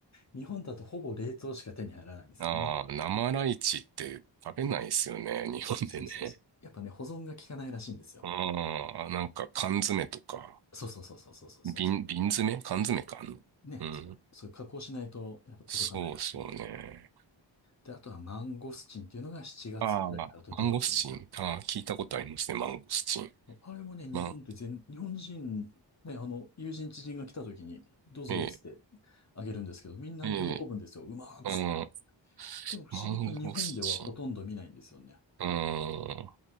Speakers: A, on the left; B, on the right.
A: 日本だとほぼ冷凍しか手に入らないんですよね。
B: ああ、生ライチって食べないですよね。日本でね。
A: そうそうそうそう。やっぱね、保存が効かないらしいんですよ。
B: ああ、なんか缶詰とか、
A: そうそうそうそうそうそうそうそ
B: 瓶、瓶詰缶詰かあんの。
A: う。ね、
B: うん。
A: そう。そういう加工しないと、やっぱ届かないらしくて。
B: そうですよね。
A: で、あとはマンゴスチンっていうのが7月ぐらいになると出てくるんだ。
B: ああ、マンゴスチン。ああ、聞いたことありますね。マンゴスチン。
A: あれもね、日本って全、
B: ま、
A: 日本人、ね、あの、友人知人が来た時に、どうぞっつって
B: ええ、
A: あげるんですけど、みんな喜ぶんですよ。
B: ええ、
A: うまーっつって。
B: うん。
A: でも不思議と日本ではほとんど見ないんですよね。
B: マンゴスチン。うん。